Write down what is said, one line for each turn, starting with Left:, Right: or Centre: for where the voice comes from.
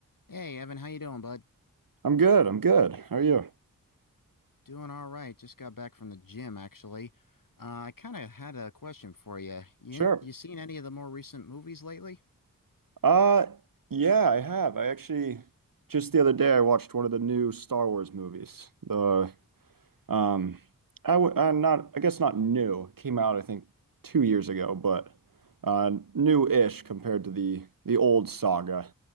Left: Hey Evan, how you doing, bud?
Right: I'm good. I'm good. How are you?
Left: Doing all right. Just got back from the gym, actually. Uh, I kind of had a question for you. You
Right: Sure.
Left: in- you seen any of the more recent movies lately?
Right: Uh, yeah, I have. I actually just the other day I watched one of the new Star Wars movies. The um, I w I'm not. I guess not new. It came out I think two years ago, but uh, new-ish compared to the the old saga.